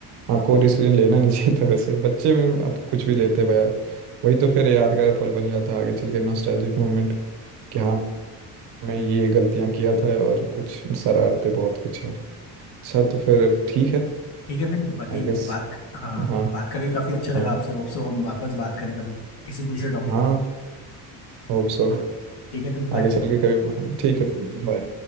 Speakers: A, on the right; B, on the left.
A: आपको डिसीजन लेना नहीं <laughs> चाहिए था वैसे बच्चे में आप कुछ भी लेते भाई यार वही तो फिर यादगार पल बन जाता है आगे चल के नॉस्टैल्जिक मोमेंट कि हाँ मैं ये गलतियाँ किया था और कुछ शरारते बहुत कुछ यार अच्छा तो फिर ठीक है
B: ठीक है फिर बाकी
A: I guess
B: बात हाँ
A: हाँ
B: बात करके काफी अच्छा लगा
A: हाँ
B: आपसे होप सो हम वापस बात करें कभी किसी दूसरे टॉपिक
A: हाँ होप सो
B: ठीक है फिर बाय
A: आगे चल के कभी ठीक है बाय